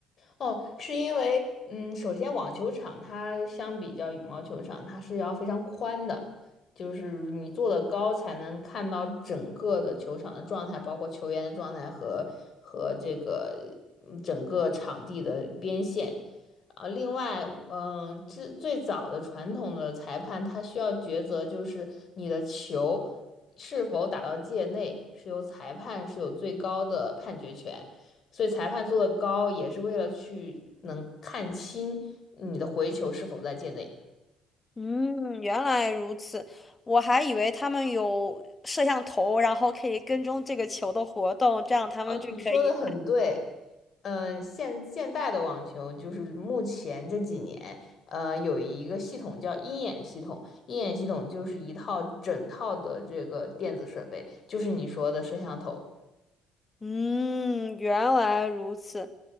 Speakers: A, on the left; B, on the left.
A: 哦，是因为，嗯，首先网球场它相比较羽毛球场，它是要非常宽的，就是你坐的高才能看到整个的球场的状态，包括球员的状态和和这个嗯整个场地的边线。啊，另外，嗯，这最早的传统的裁判他需要抉择，就是你的球是否打到界内，是由裁判是有最高的判决权。所以裁判做的高也是为了去能看清你的回球是否在界内。
B: 嗯，原来如此，我还以为他们有摄像头，然后可以跟踪这个球的活动，这样他们就可以。
A: 哦，你说的很对。呃，现现代的网球就是目前这几年，呃，有一个系统叫鹰眼系统。鹰眼系统就是一套整套的这个电子设备，就是你说的摄像头，
B: 嗯，原来如此。